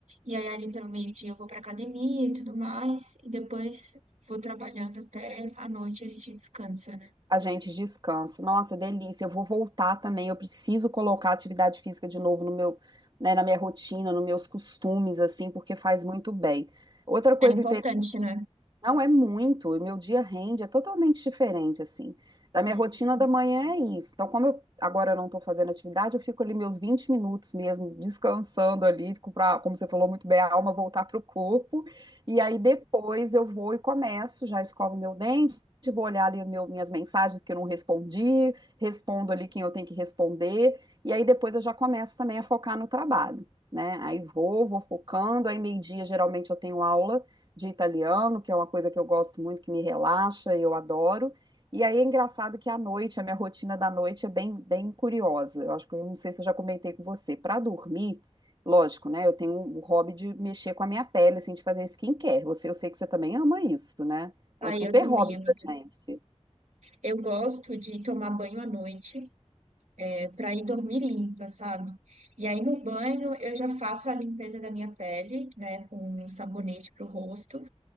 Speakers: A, on the right; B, on the right.
A: e aí, ali pelo meio-dia, eu vou para academia e tudo mais. E depois vou trabalhando até a noite a gente descansa, né?
B: a gente descansa. Nossa, delícia. Eu vou voltar também. Eu preciso colocar atividade física de novo no meu, né, na minha rotina, nos meus costumes, assim, porque faz muito bem. Outra coisa
A: É importante, né?
B: não é muito, o meu dia rende, é totalmente diferente, assim. Da minha
A: Uhum.
B: rotina da manhã é isso. Então, como eu agora eu não estou fazendo atividade, eu fico ali meus 20 minutos mesmo, descansando ali, com- pra, como você falou muito bem, a alma voltar para o corpo. E aí depois eu vou e começo, já escovo meu dente, vou olhar ali meu- minhas mensagens que eu não respondi, respondo ali quem eu tenho que responder. E aí depois eu já começo também a focar no trabalho, né? Aí vou, vou focando, aí meio-dia geralmente eu tenho aula de italiano, que é uma coisa que eu gosto muito, que me relaxa e eu adoro. E aí é engraçado que à noite, a minha rotina da noite é bem, bem curiosa. Eu acho que eu não sei se eu já comentei com você. Para dormir, lógico, né? Eu tenho o hobby de mexer com a minha pele, assim, de fazer skincare. Você, eu sei que você também ama isso, né? É
A: Aí
B: um super
A: eu também,
B: hobby
A: amiga.
B: pra gente.
A: Eu gosto de tomar banho à noite, é, para ir dormir limpa, sabe? E aí no banho eu já faço a limpeza da minha pele, né, com um sabonete pro rosto.